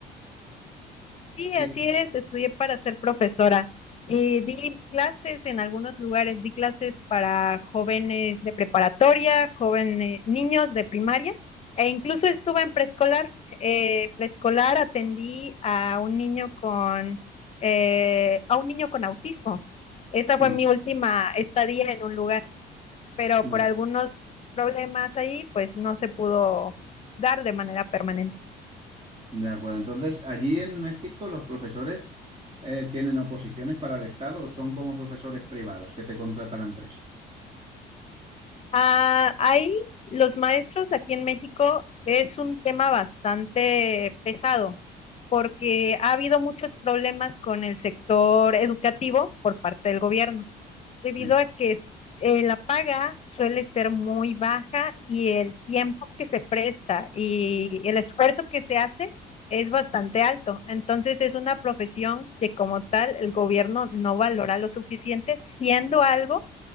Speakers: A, on the left; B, on the right.
A: Sí,
B: Sí,
A: así es, estudié para ser profesora y di clases en algunos lugares, di clases para jóvenes de preparatoria, jóvenes, niños de primaria e incluso estuve en preescolar. Eh, preescolar atendí a un niño con eh, a un niño con autismo. Esa
B: sí,
A: fue mi última estadía en un lugar, pero
B: muy
A: por algunos problemas ahí, pues no se pudo dar de manera permanente.
B: de acuerdo. Entonces, allí en México los profesores eh, tienen oposiciones para el Estado o son como profesores privados que te contrata la empresa.
A: Ah, ahí los maestros aquí en México es un tema bastante pesado porque ha habido muchos problemas con el sector educativo por parte del gobierno, debido
B: Sí.
A: a que s- eh, la paga suele ser muy baja y el tiempo que se presta y el esfuerzo que se hace es bastante alto. Entonces es una profesión que como tal el gobierno no valora lo suficiente, siendo algo